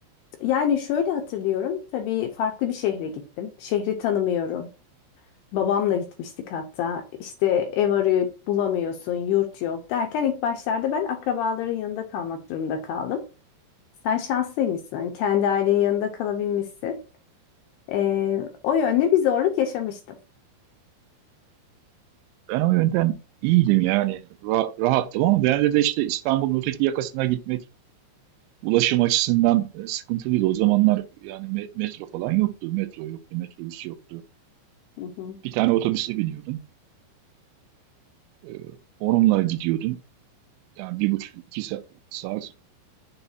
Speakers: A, on the left; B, on the right.
A: yani şöyle hatırlıyorum. Tabii farklı bir şehre gittim. Şehri tanımıyorum. Babamla gitmiştik hatta. İşte ev arayıp bulamıyorsun, yurt yok derken ilk başlarda ben akrabaların yanında kalmak durumunda kaldım. Sen şanslıymışsın. Kendi ailenin yanında kalabilmişsin. Ee, o yönde bir zorluk yaşamıştım.
B: Ben o yönden iyiydim yani. Ra- rahattım ama genelde de işte İstanbul'un öteki yakasına gitmek ulaşım açısından e, sıkıntılıydı. O zamanlar yani me- metro falan yoktu. Metro yoktu, metrobüs yoktu.
A: Hı hı.
B: Bir tane otobüse biniyordun. Ee, onunla gidiyordun. Yani bir buçuk, iki sa- saat